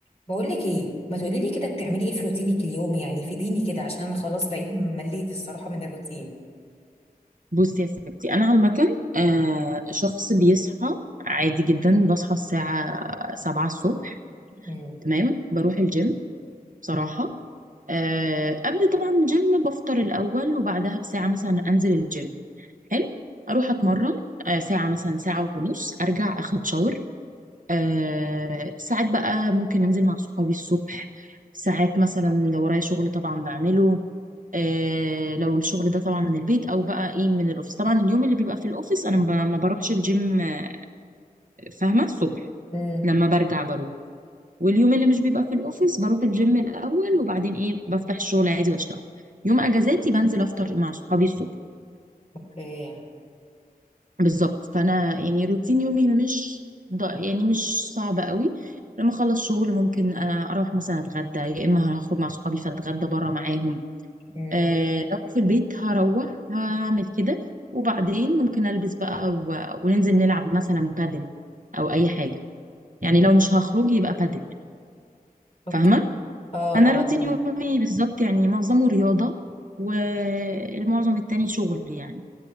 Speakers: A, on the left; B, on the right.
A: بقول لك ايه ما تقولي لي كده بتعملي ايه في روتينك اليومي يعني فيديني كده عشان انا خلاص بقيت مليت الصراحة من الروتين
B: بصي يا ستي انا عامه آه، شخص بيصحى عادي جدا بصحى الساعه 7 الصبح
A: امم
B: تمام بروح الجيم بصراحه آه، قبل طبعا الجيم بفطر الاول وبعدها بساعه مثلا انزل الجيم حلو اروح اتمرن آه، ساعه مثلا ساعه ونص ارجع اخد شاور آه، ساعات بقى ممكن انزل مع صحابي الصبح ساعات مثلا لو ورايا شغل طبعا بعمله آه، لو الشغل ده طبعا من البيت او بقى ايه من الاوفيس طبعا اليوم اللي بيبقى في الاوفيس انا ما ب- ما بروحش الجيم آه، فاهمه الصبح
A: امم
B: لما برجع بروح واليوم اللي مش بيبقى في الاوفيس بروح الجيم الاول وبعدين ايه بفتح الشغل عادي واشتغل يوم اجازاتي بنزل افطر مع صحابي الصبح
A: اوكي
B: فبالظبط فانا يعني روتين يومي مش ض- يعني مش صعب قوي لما اخلص شغل ممكن آه، اروح مثلا اتغدى يا اما هخرج مع صحابي فاتغدى بره معاهم
A: امم
B: آه لو في البيت هروح هعمل كده وبعدين ممكن البس بقى و... وننزل نلعب مثلا بادل او اي حاجه يعني لو مش هخرج يبقى بادل
A: اوكي
B: فاهمه
A: اه
B: انا
A: اه
B: روتين يومي بالظبط يعني معظمه رياضه والمعظم التاني شغل يعني